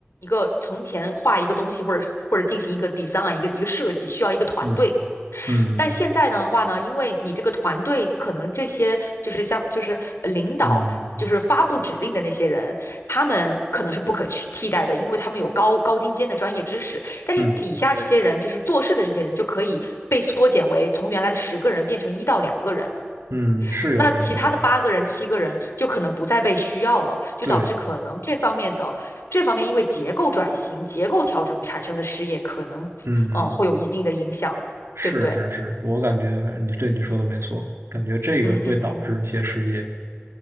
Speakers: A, on the left; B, on the right.
A: 个从前画一个东西，或者或者进行一个 design，一个一个设计，需要一个团队，
B: 嗯嗯
A: 但现在的话呢，因为你这个团队可能这些就是像就是呃领导，
B: 嗯
A: 就是发布指令的那些人，他们可能是不可去替代的，因为他们有高高精尖的专业知识。但是底下这些人，
B: 嗯
A: 就是做事的这些人，就可以被缩减为从原来的十个人变成一到两个人，
B: 嗯，是有这种可能，
A: 那其他的八个人、七个人就可能不再被需要了，就导致可能这方面的这方面因为结构转型、
B: 对。
A: 结构调整产生的失业，可能嗯、
B: 嗯嗯，
A: 呃会有一定的影响，
B: 是是是，
A: 对不对？
B: 我感觉你对你说的没错，感觉这个会导致一些失业
A: 嗯嗯嗯。